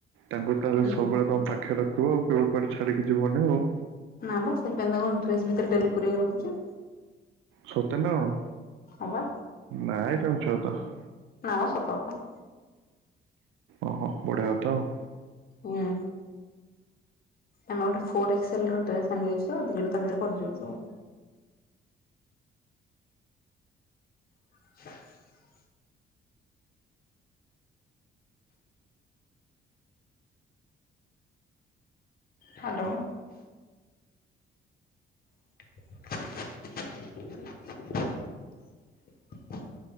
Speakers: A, on the right; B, on the left.
A: ତାଙ୍କୁ ତାହେଲେ ସବୁବେଳେ
B: ହୁଁ।
A: ତମ ପାଖରେ ରଖିବ ଆଉ କେବେ କୁଆଡେ ଛାଡିକି ଯିବନି ଆଉ।
B: ନାଁ ବା ସେଥିପାଇଁ ତାକୁ ଡ୍ରେସ ଭିତରେ ଡେଲି ପୁରେଇ କି ରଖୁଚି।
A: ସତରେ ନାଁ କଣ
B: ହଁ ବା
A: ନାଇଁ ତମେ ମିଛ <unintelligible>
B: ନାଁ ମ ସତ କଥା।
A: ଓହୋ ବଢିଆ କଥା ଆଉ।
B: ନାଁ। ଆମେ ଗୋଟେ ଫୋରଏକ୍ସଲ୍ ର ଡ୍ରେସ୍ ଆଣିଚୁ ଦି ଜଣ ତା ଭିତରେ ପସିଯାଉଚୁ। <unintelligible> ହାଲୋ। <unintelligible>